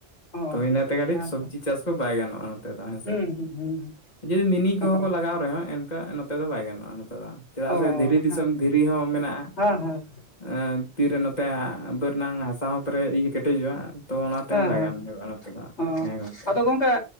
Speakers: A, on the left; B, on the left.
A: ᱚ
B: ᱛᱚ ᱤᱱᱟᱹᱛᱮ ᱠᱟᱹᱴᱤᱡ
A: ᱦᱮᱸ
B: ᱥᱚᱵᱡᱤ
A: ᱛᱚ
B: ᱪᱟᱥ ᱠᱚ ᱵᱟᱭ ᱜᱟᱱᱚᱜ-ᱟ ᱱᱚᱛᱮ ᱫᱚ ᱦᱮᱸᱥᱮ
A: ᱦᱩᱸ ᱦᱩᱸ ᱦᱩᱸ
B: ᱡᱩᱫᱤ ᱢᱤᱱᱤ ᱠᱚᱦᱚᱸ
A: ᱚ
B: ᱠᱚ ᱞᱟᱜᱟᱣ ᱨᱮᱦᱚᱸ ᱮᱱᱛᱮ ᱱᱚᱛᱮ ᱫᱚ ᱵᱟᱭ ᱜᱟᱱᱚᱜ-ᱟ ᱱᱚᱛᱮ ᱫᱚ᱾ ᱪᱮᱫᱟᱜ
A: ᱚ
B: ᱥᱮ ᱫᱷᱤᱨᱤ ᱫᱤᱥᱚᱢ
A: ᱦᱮᱸ
B: ᱫᱷᱤᱨᱤ ᱦᱚᱸ ᱢᱮᱱᱟᱜ-ᱟ,
A: ᱦᱮᱸ ᱦᱮᱸ
B: ᱟᱨ ᱛᱤᱨᱮ ᱱᱚᱛᱮ ᱵᱟᱹᱨ ᱨᱮᱱᱟᱝ ᱦᱟᱥᱟ ᱦᱚᱸ ᱯᱮᱨᱮ ᱤᱭᱟᱹ ᱠᱮᱴᱮᱡᱚᱜ-ᱟ, ᱛᱚ ᱚᱱᱟᱛᱮᱦᱚᱸ
A: ᱦᱮᱸ
B: ᱵᱟᱭ
A: ᱦᱮᱸ
B: ᱜᱟᱱ ᱦᱩᱭᱩᱜ-ᱟ ᱱᱚᱛᱮ ᱫᱚ
A: ᱚ
B: ᱦᱮᱸ ᱜᱚᱝᱠᱮ᱾
A: <inaudible>